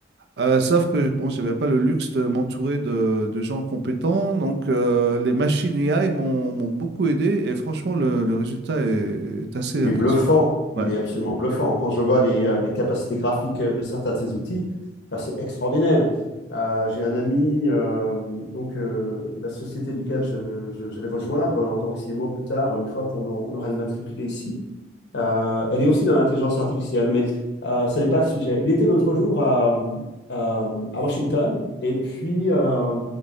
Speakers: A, on the right (about 65°); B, on the left (about 70°).
A: euh, sauf que bon, j'avais pas le luxe de m'entourer de, de gens compétents, donc euh, les machines AI m'ont m'ont beaucoup aidé et franchement le, le résultat est, est assez
B: Il
A: impressionnant.
B: est bluffant,
A: Ouais.
B: il est absolument bluffant. Quand je vois les, euh, les capacités graphiques euh, de certains de ces outils, euh, c'est extraordinaire. Euh, j'ai un ami, euh, donc euh, la société duquel je, je- je vais rejoindre euh, en tant que CMO plus tard, une fois qu'on a- on aura immatriculé ici, euh, elle est aussi dans l'intelligence artificielle, mais euh, ce n'est pas le sujet. Il était l'autre jour à, à- à Washington et puis euh,